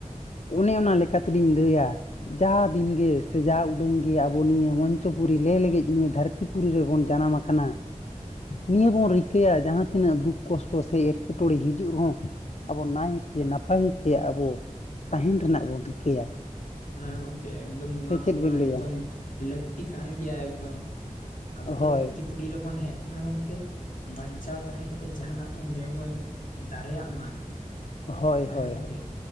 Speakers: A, on the left; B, on the left.
A: ᱚᱱᱮ ᱚᱱᱟ ᱞᱮᱠᱟ ᱛᱮᱞᱤᱧ ᱞᱟᱹᱭᱟ, ᱡᱟ ᱫᱤᱱᱜᱮ ᱥᱮ ᱡᱟ ᱩᱰᱟᱹᱝ ᱜᱮ ᱟᱵᱚ ᱱᱤᱭᱟᱹ ᱢᱚᱧᱪᱚ ᱯᱩᱨᱤ ᱞᱮ ᱞᱮᱜᱮᱡ ᱱᱤᱭᱟᱹ ᱫᱷᱟᱨ ᱛᱤ ᱯᱤ ᱨᱮᱵᱚᱱ ᱡᱟᱱᱟᱢ ᱟᱠᱟᱱᱟ, ᱱᱤᱭᱟᱹ ᱵᱚᱱ ᱨᱤᱠᱟᱹᱭᱟ ᱡᱟᱦᱟᱸ ᱛᱤᱱᱟᱹᱜ ᱫᱩᱠ ᱠᱚᱥᱴᱚ ᱥᱮ ᱮᱴᱠᱮ ᱴᱚᱬᱮ ᱦᱤᱡᱩᱜ ᱨᱮᱦᱚᱸ ᱟᱵᱚ ᱱᱟᱭᱛᱮ ᱱᱟᱯᱟᱭ ᱛᱮ ᱟᱵᱚ ᱛᱟᱦᱮᱱ ᱨᱮᱱᱟᱜ ᱵᱚᱱ ᱨᱤᱠᱟᱹᱭᱟ᱾
B: ᱦᱮᱸ ᱜᱚᱝᱠᱮ ᱮᱠᱫᱚᱢ ᱱᱚᱣᱟ
A: ᱥᱮ ᱪᱮᱫ
B: ᱛᱚ ᱢᱟ
A: ᱵᱤᱱ ᱞᱟᱹᱭᱟ
B: ᱮᱠᱫᱚᱢ ᱞᱟᱹᱠᱛᱤ ᱠᱟᱱ ᱜᱮᱭᱟ ᱮᱠᱫᱚᱢ᱾ ᱟᱵᱚ
A: ᱦᱳᱭ
B: ᱫᱷᱟᱹᱲᱛᱤ ᱯᱩᱲᱤ ᱨᱮᱵᱚᱱ ᱦᱮᱜ ᱠᱟᱱᱟ ᱜᱚᱝᱠᱮ? ᱵᱟᱧᱪᱟᱣ ᱛᱟᱦᱮᱸ ᱠᱟᱛᱮ ᱡᱟᱦᱟᱱᱟᱜ ᱵᱚᱱ ᱡᱮᱱᱚ ᱵᱚᱱ ᱫᱟᱲᱮᱭᱟᱜ ᱢᱟ ᱟᱨᱠᱤ
A: ᱦᱳᱭ
B: ᱦᱮᱸ
A: ᱦᱳᱭ
B: ᱜᱚᱝᱠᱮ
A: ᱦᱳᱭ